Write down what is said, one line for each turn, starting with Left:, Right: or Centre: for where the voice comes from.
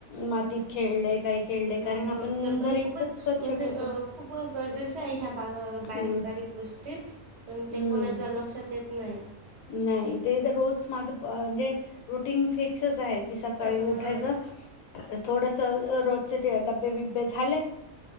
Left: मातीत खेळले काही खेळले
Right: ह
Left: कारण आपण
Right: तर पण
Left: घर एकदम
Right: खूपच
Left: स्वच्छ
Right: म्हणजे
Left: ठेवतो
Right: खूप गरजेच आहे ह्या बारीक
Left: हम्म
Right: बारीक गोष्टी पण ते
Left: हम्म
Right: कोणाच्या लक्षात येत नाही
Left: नाही ते तर रोज माझ म्हणजे रुटीन फिक्सच आहे- <inaudible> कि सकाळी
Right: हा
Left: उठायचं थोडस रोजचे ते डब्बे -बिब्बे झाले